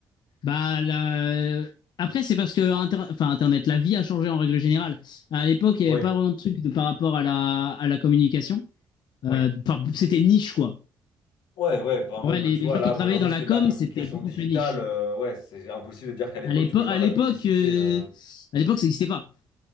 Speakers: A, on the left; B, on the left.
A: bah la- après, c'est parce que Inter- enfin, Internet, la vie a changé en règle générale. À l'époque, il n'y
B: oui,
A: avait pas vraiment de truc de, par rapport à la, à la communication. Euh,
B: oui.
A: enfin, c'était niche, quoi.
B: Ouais, ouais, enfin, même,
A: En vrai, les,
B: tu
A: les
B: vois,
A: gens
B: là,
A: qui
B: moi,
A: travaillaient
B: aujourd'hui,
A: dans la
B: je fais
A: com,
B: de la communication
A: c'était beaucoup
B: digitale.
A: plus niche.
B: euh, ouais, c'est impossible de dire qu'à l'époque,
A: À l'époque,
B: tu pouvais faire
A: à
B: de
A: l'époque,
B: la publicité.
A: euh,
B: euh,
A: à l'époque, ça n'existait pas.